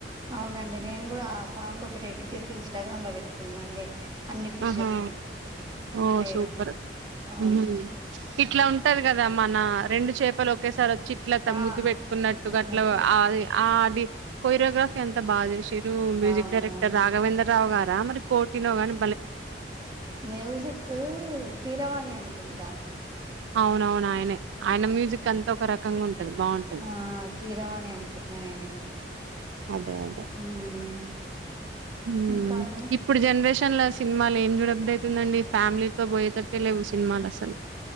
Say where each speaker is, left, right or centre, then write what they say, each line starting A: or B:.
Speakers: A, on the right; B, on the right.
A: అవునండి నేను కూడా ఆ సాంగ్ ఒకటి ఎడిట్ చేసి ఇన్స్టాగ్రామ్ లో పెట్టుకున్నాండి అన్ని ఫిషెస్
B: ఆహా
A: కి
B: ఓ
A: నేను
B: సూపర్
A: అవును
B: ఉహు ఇట్లా ఉంటది కదా మన రెండు చేపలు ఒకేసారి చిట్లక్ తనుముద్దు
A: ఆ
B: పెట్టుకున్నట్టుగట్లా
A: అన్నట్టు
B: ఆది కోరియోగ్రఫీ అంత బాగా చేసి మీరు మ్యూజిక్
A: అవును
B: డైరెక్టర్
A: అవును
B: రాఘవేంద్ర రావు గారా మరి కోటి నో గని
A: మ్యూజిక్ కీరవాణి అనుకుంట
B: అవునవును ఆయనే ఆయన మ్యూజిక్ అంతా ఒక రకంగా ఉంటది బాగుంటది
A: ఆ కీరవాణి అనుకుంటున్నా నేనైతే
B: అదే అదే
A: మ్మ్
B: ఉమ్
A: ఇంకా అండి
B: ఇప్పుడు జనరేషన్ లోస్ సినిమాలు ఏం జూడబుద్దవుతుందండి ఫ్యామిలీతో పోయేటట్టే లేవు సినిమాలు అసలు